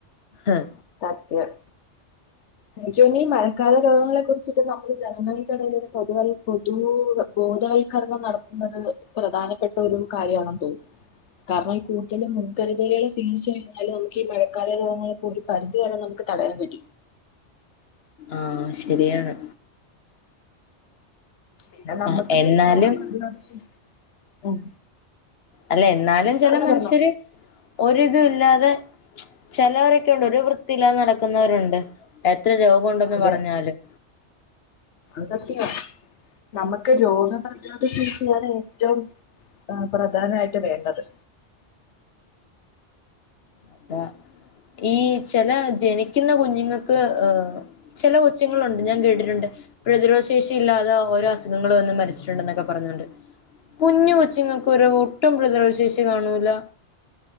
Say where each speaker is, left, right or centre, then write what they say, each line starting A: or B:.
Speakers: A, on the left; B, on the left.
A: ആഹ്
B: സത്യം എനിക്കു തോന്നി ഈ മഴ. കാലം രോഗങ്ങളെ കുറി ച്ചിട്ട് നമ്മൾ ജനങ്ങൾക്കിടയില് ഒരു പൊതുവായി പൊതു ബോധവൽക്കരണം നടത്തുന്നത് പ്രധാനപ്പെട്ട ഒരു കാര്യമാണെന്ന് തോന്നുന്നു, കാരണം ഈ കൂടുതലും മുൻകരുതലുകൾ സ്വീകരിച്ച് കഴിഞ്ഞാല് നമുക്ക് ഈ മഴക്കാല രോഗങ്ങളൊക്കെ ഒരു പരിധി വരെ നമുക്ക് തടയാൻ കഴിയും.
A: ആഹ് ശരിയാണ്.
B: പിന്നെ നമ്മക്ക്
A: ആ എന്നാലും
B: രോഗപ്രതിരോധ ശേഷി ഉം.
A: അല്ലെ എ ന്നാലും ചെല
B: പറഞ്ഞോ
A: മനുഷ്യര്
B: പറഞ്ഞോ
A: ഒരിതുല്ലാതെ ചെലൊരൊക്കെണ്ട് ഒരു വൃത്തിയില്ലാതെ നടക്കുന്നവരുണ്ട് എ ത്ര രോഗോണ്ടെന്ന്
B: അതെ
A: പറഞ്ഞാലും
B: അത് സത്യവ നമക്ക് രോഗപ്രതിരോധ ശേഷിയാണ് ഏറ്റോം പ്രധാനായിട്ട് വേണ്ടത്
A: അതെ ഈ ചെല ജനിക്കുന്ന കുഞ്ഞുങ്ങൾക്ക് ചില കൊച്ചുങ്ങളുണ്ട് ഞാൻ കേട്ടിട്ടുണ്ട് പ്രതിരോധശേഷി ഇല്ലാതെ ഓരോ അസുഖങ്ങളും വന്ന് മരിച്ചിട്ടുണ്ടെന്നൊക്കെ പറഞ്ഞോണ്ട് കുഞ്ഞു കൊച്ചുങ്ങൾക്ക് ഒരു ഒട്ടും പ്രതിരോധശേഷി കാണൂല